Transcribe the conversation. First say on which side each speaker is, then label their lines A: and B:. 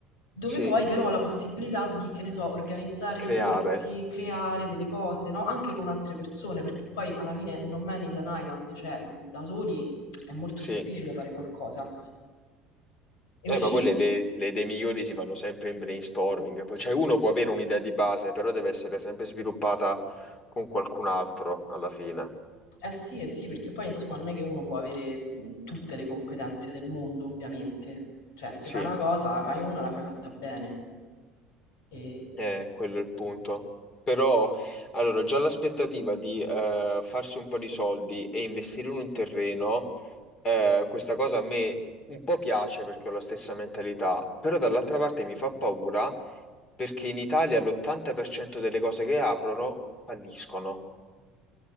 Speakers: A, on the left; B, on the left.
A: dove
B: sì,
A: poi però ho la possibilità di, che ne so, organizzare
B: creare.
A: dei corsi, creare delle cose, no? Anche con altre persone, perché poi alla fine no man is an island, cioè da soli è molto
B: Sì,
A: difficile fare qualcosa e
B: eh,
A: uscire.
B: ma quelle le, le idee migliori si fanno sempre in brainstorming. Poi, cioè, uno può avere un'idea di base, però deve essere sempre sviluppata con qualcun altro alla fine.
A: Eh sì, eh sì, perché poi insomma non è che uno può avere mh, tutte le competenze del mondo, ovviamente. Cioè, se
B: Sì,
A: fai una cosa, la fai una, la fai fatta bene. E...
B: eh, quello è il punto. Però, allora, già l'aspettativa di eh, farsi un po' di soldi e investire in un terreno, eh, questa cosa a me un po' piace perché ho la stessa mentalità, però dall'altra parte mi fa paura perché in Italia l'80% delle cose che aprono falliscono.